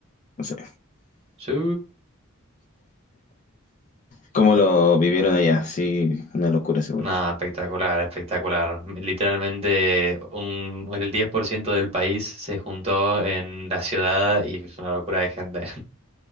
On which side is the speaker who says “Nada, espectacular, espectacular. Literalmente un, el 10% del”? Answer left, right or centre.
Right